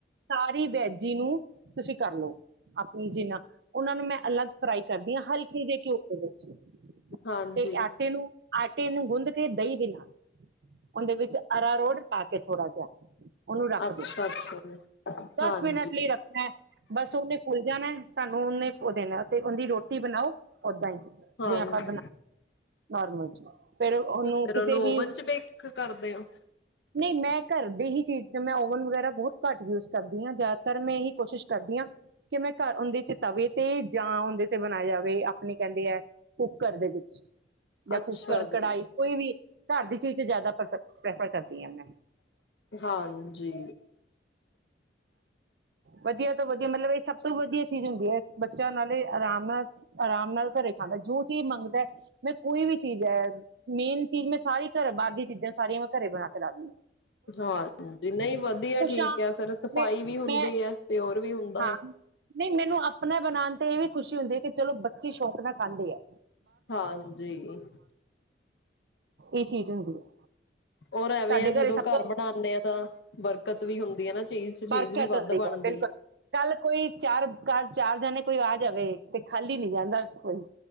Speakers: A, on the right; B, on the left.
A: ਸਾਰੀ ਵੈਜੀ ਨੂੰ ਤੁਸੀਂ ਕਰ ਲਓ ਆਪ। ਜਿੰਨਾ, ਉਹਨਾਂ ਨੂੰ ਮੈਂ ਅਲੱਗ ਫਰਾਈ ਕਰਦੀ ਹਾਂ। ਹਲਕੇ ਜੇ ਘਿਉ ਚਲੋ, ਠੀਕ ਹੈ।
B: ਹਾਂਜੀ
A: ਤੇ ਆਟੇ ਨੂੰ, ਆਟੇ ਨੂੰ ਗੁੰਦ ਕੇ ਦਹੀਂ ਦੇ ਨਾਲ। ਉਹਦੇ ਵਿੱਚ ਅਰਾਰੋਟ ਪਾ ਕੇ ਥੋੜ੍ਹਾ ਜਿਹਾ। ਉਹਨੂੰ ਰੱਖ
B: ਅੱਛਾ
A: ਦੋ।
B: ਅੱਛਾ ਜੀ
A: ਦਸ
B: ਹਾਂਜੀ
A: ਮਿੰਟ ਲਈ ਰੱਖਣਾ। ਬਸ ਉਹਨੇ ਫੁੱਲ ਜਾਣਾ ਸਾਨੂੰ ਉਹਨੇ ਦੇਣਾ ਤੇ ਉਹਦੀ ਰੋਟੀ ਬਣਾਓ। ਓਦਾਂ ਹੀ ਜਿਵੇਂ
B: ਹਾਂਜੀ
A: ਆਪਾ, ਨੋਰਮਲ ਚ, ਫਿਰ ਉਹਨੂੰ
B: ਫੇਰ
A: ਕਿਸੇ
B: ਓਵਨ
A: ਵੀ,
B: ਚ ਬੇਕ ਕਰਦੇ ਹੋ?
A: ਨਹੀਂ ਮੈਂ ਘਰ ਦੇ ਹੀ ਚੀਜ਼ ਮੈਂ ਓਵਨ ਵਗੈਰਾ ਬਹੁਤ ਘੱਟ ਯੂਜ ਕਰਦੀ ਹਾਂ ਜਾ ਸਰ ਮੈਂ ਇਹੀ ਕੋਸ਼ਿਸ਼ ਕਰਦੀ ਹਾਂ ਕਿ ਮੈਂ ਘਰ ਉਹਦੇ ਚ ਤਵੇ ਤੇ ਜਾਂ ਉਹਦੇ ਤੇ ਬਣਾਇਆ ਜਾਵੇ ਆਪਣੇ ਕਹਿੰਦੇ ਐ ਕੁਕਰ ਦੇ ਵਿੱਚ ਜਾਂ
B: ਅੱਛਾ
A: ਕੁਕਰ ਕੜਾਹੀ
B: ਜੀ,
A: ਕੋਈ ਵੀ ਘਰ ਦੀ ਚੀਜ਼ ਚ ਜ਼ਿਆਦਾ ਪ੍ਰੈਫਰ ਕਰਦੀ ਹਾਂ ਮੈਂ।
B: ਹਾਂਜੀ।
A: ਵਧੀਆ ਤੋਂ ਵਧੀਆ ਮਤਲਬ ਇਹ ਸਭ ਤੋਂ ਵਧੀਆ ਚੀਜ਼ ਹੁੰਦੀ ਹੈ, ਬੱਚਿਆਂ ਐ ਨਾਲ ਆਰਾਮ ਨਾਲ ਆਰਾਮ ਨਾਲ ਘਰੇ ਖਾਣਾ ਜੋ ਚੀਜ਼ ਮੰਗਦਾ ਮੈਂ ਕੋਈ ਵੀ ਚੀਜ਼ ਹੈ ਮੇਨ ਚੀਜ਼ ਮੈਂ ਸਾਰੀ ਘਰ ਬਾਹਰਲੀ ਚੀਜ਼ਾਂ ਸਾਰੀਆਂ ਮੈਂ ਘਰੇ ਬਣਾ ਕੇ ਰਖਦੀ ਆ।
B: ਹਾਂਜੀ ਨਹੀਂ ਵਧੀਆ ਠੀਕ
A: ਹਾਂ
B: ਹੈ, ਫਿਰ ਸਫ਼ਾਈ
A: ਮੈਂ
B: ਵੀ ਹੁੰਦੀ
A: ਮੈਂ
B: ਹੈ। ਤੇ ਹੋਰ ਵੀ ਹੁੰਦਾ
A: ਹਾਂ
B: ਐ।
A: ਨਹੀਂ ਮੈਨੂੰ ਆਪਣਾ ਬਣਾਣ ਤੇ ਇਹ ਵੀ ਖੁਸ਼ੀ ਹੁੰਦੀ ਹੈ, ਕਿ ਚਲੋ ਬੱਚੀ ਸ਼ੌਕ ਨਾਲ ਖਾਂਦੇ ਹੈ।
B: ਹਾਂਜੀ
A: ਇਹ ਚੀਜ਼ ਹੁੰਦੀ ਹੈ
B: ਔਰ ਐਵੇਂ
A: ਸਾਡੇ
B: ਆ ਜਦੋਂ
A: ਘਰੇ ਸਭ
B: ਘਰ
A: ਤੋਂ
B: ਬਣਾਨੇ ਆ ਤਾਂ ਬਰਕਤ ਵੀ ਹੁੰਦੀ ਹੈ ਨਾ ਚੀਜ਼ ਚ ਚੀਜ਼
A: ਬਰਕਤ
B: ਵੀ ਵੱਧ
A: ਹੁੰਦੀ
B: ਬਣ
A: ਹੈ ਬਿਲਕੁਲ ਕੱਲ ਕੋਈ ਚਾਰ ਚਾਰ ਜਣੇ ਕੋਈ ਆ ਜਾਵੇ, ਤੇ ਖਾਲੀ ਨੀ ਜਾਂਦਾ ਕੋਈ।